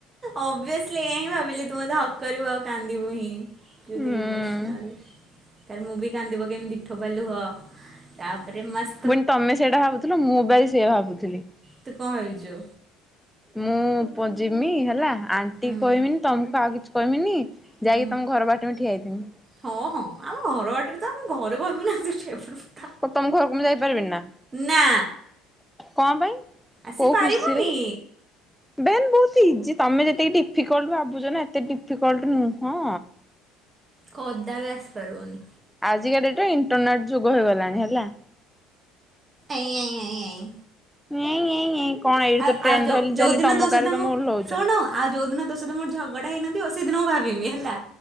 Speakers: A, on the right (about 25°); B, in the centre.
A: ଅଭିଅସଲି ଏହା ହିଁ ଭାବିଲି ତୁ ମତେ ହକ୍ କରିବୁ ଆଉ କାନ୍ଦିବୁ ହିଁ ଯଦି
B: ହୁଁ।
A: ଇମୋସନାଲ୍ ତାପରେ ମୁଁ ବି କାନ୍ଦିପକେଇବି ଦି ଠପା ଲୁହ ତାପରେ ମୁଁ ଆସି
B: ପୁଣି ତମେ ସେଇଟା ଭାବୁଥିଲ ମୁଁ ବାଇ ସେୟା ଭାବୁଥିଲି
A: ତୁ କଣ ଭାବୁଛୁ?
B: ମୁଁ ଜିମି ହେଲା ଆଣ୍ଟି
A: ହୁଁ।
B: କହିବିନି ତମକୁ ଆଉ କିଛି କହିବିନି
A: ହୁଁ।
B: ଯାଇକି ତମ ଘର ବାଟେ ମୁଁ ଠିଆ ହେଇଥିମି।
A: ହଁ, ହଁ ଆମେ ଘର ବାଟରେ ତ ଆମେ ଘରେ କହିବୁ ନା ଏମିତିଠିଆ ହେଇ ପଡ଼ିବୁ
B: ହଉ ତମ ଘରକୁ ମୁଁ ଯାଇପାରିବିନି ନା
A: ନା
B: କଣ ପାଇଁ?
A: ଆସିପାରିବୁନି
B: କୋଉ ଖୁସିରେ? ବେହେନ୍ ବହୁତ ଇଜି ତମେ ଯେତିକି ଡିଫିକଲଟ ଭାବୁଛ ନା ଏତେ ଡିଫିକଲଟ ନୁହଁ।
A: କଦା ବି ଆସିପାରିବନି।
B: ଆଜିକା ଡେଟ ରେ ଇଣ୍ଟରନେଟ ଯୁଗ ହେଇଗଲାଣି ହେଲା।
A: ଏଇଁ ଏଇଁ ଏଇଁ ଏଇଁ।
B: ଏଇଁ ଏଇଁ ଏଇଁ କଣ ଏଇଠି
A: ଆଉ
B: ତ
A: ଆଉ
B: ଟ୍ରେନ
A: ଯୋଉ
B: ଧରିଲି
A: ଯୋଉ
B: ଚାଲିଲି
A: ଦିନ
B: ତମ
A: ତୋ ସହିତ
B: କାରରେ
A: ମୁଁ
B: ତମେ ଓହ୍ଲଉଛ।
A: ଶୁଣୁ ଆଉ ଯୋଉ ଦିନ ତୋ ସହିତ ମୋର ଝଗଡା ହେଇନଥିବ ସେଦିନ ମୁଁ ଭାବିବି ହେଲା